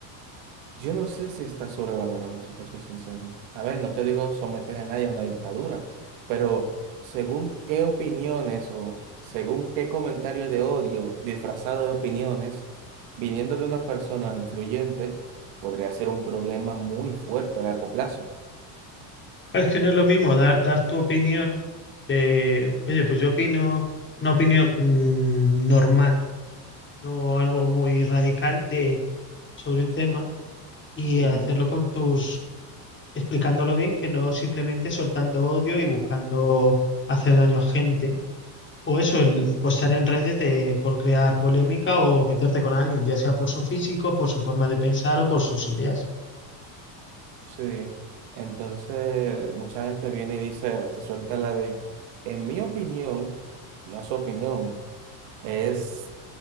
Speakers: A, on the right; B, on the left.
A: Yo no sé si está sobrevalorado, si te soy sincero. A ver, no te digo someter a nadie a una dictadura, pero según qué opiniones o según qué comentarios de odio disfrazado de opiniones, viniendo de una persona influyente, podría ser un problema muy fuerte a largo plazo.
B: Claro, es que no es lo mismo dar, dar tu opinión de, oye, pues yo opino una opinión mm, normal, no algo muy radical de, sobre un tema y
A: Ujú,
B: hacerlo con tus explicándolo bien, que no simplemente soltando odio y buscando hacer daño a gente. O eso, el postar en redes de, por crear polémica o meterte con alguien, ya sea por su físico, por su forma de pensar o por sus ideas.
A: Sí. Entonces, mucha gente viene y dice, te suelta la de, en mi opinión, no es su opinión, es